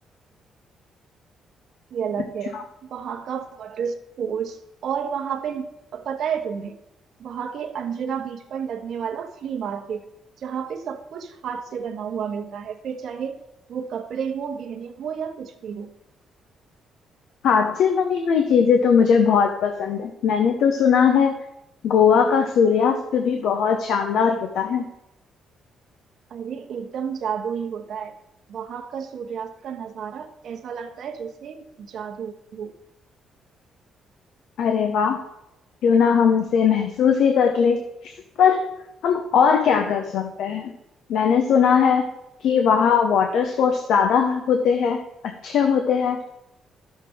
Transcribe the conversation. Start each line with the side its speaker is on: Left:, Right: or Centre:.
Right: ही अलग
Left: अच्छा
Right: है वहां का वाटर स्पोर्ट्स और वहां पे पता है तुम्हें वहां के अंजुना बीच पर लगने वाला फ्ली मार्केट जहाँ पे सब कुछ हाथ से बना हुआ मिलता है फिर चाहे वो कपड़े हो गहने हो या कुछ भी हो
Left: हाथ से बनी हुई चीजें तो मुझे बहुत पसंद है मैंने तो सुना है गोवा का सूर्यास्त भी बहुत शानदार होता है
Right: अरे एकदम जादू ही होता है वहां का सूर्यास्त का नजारा ऐसा लगता है जैसे जादू हो
Left: अरे वाह क्यों ना हम उसे महसूस ही कर ले पर हम और क्या कर सकते हैं मैंने सुना है कि वहाँ वाटर स्पोर्ट्स ज्यादा होते हैं अच्छे होते हैं